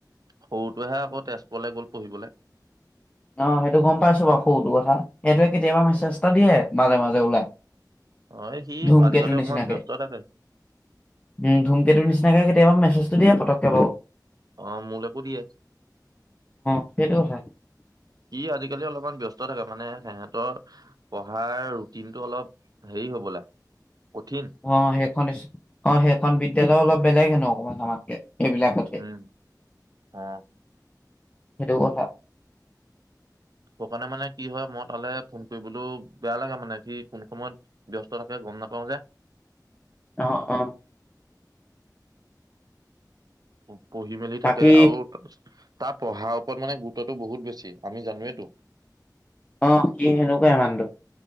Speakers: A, on the right; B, on the left.
A: সৰুটোৱেহে আকৌ তেজপুৰলৈ গ'ল পঢ়িবলৈ।
B: অ সেইটো গম পাইছো বাৰু সৰুটো কথা সেইটোৱে কেতিয়াবা মেছেজটা
A: অ
B: দিয়ে মাজে মাজে। ওলায়।
A: অ সি
B: ধুমকেতুৰ
A: আজিকালি
B: নিচিনাকে
A: অকমান ব্যস্ত থাকে
B: ।উম ধুমকেতুৰ নিচিনাকে। তেওঁৰ মেজটো দিয়ে। বাৰু
A: অ মোলেকো দিয়ে।
B: সেইটোৱেই কথা।
A: সি আজিকালি অলপমান ব্যস্ত থাকে মানে সিহঁতৰ পঢ়াৰ ৰুটিনটো অলপ হেৰি হবলা। কঠিন
B: অ সেইখন স্কুল অ সেই। এ বিদ্যালয় অলপ বেলেগ হেনু অকণমান আমাতকৈ এইবিলাকতকে
A: উম। অ',
B: সেইটো কথা
A: সেই কাৰণে মানে কি হয় মই তালে ফোন কৰিবলৈ বেয়া লাগে মানে সি কোন সময়ত ব্যস্ত থাকে গম নাপাওঁ যে।
B: অ অ।
A: আ। পঢ়ি মেলি
B: বাকী
A: থাকে আৰু তাৰপিছত। তাৰ পঢ়াৰ ওপৰত মানে গুৰুত্ব টো বহুত বেছি আমি জানোৱেটো।
B: অ সি সেনেকুৱাই মানুহ টো।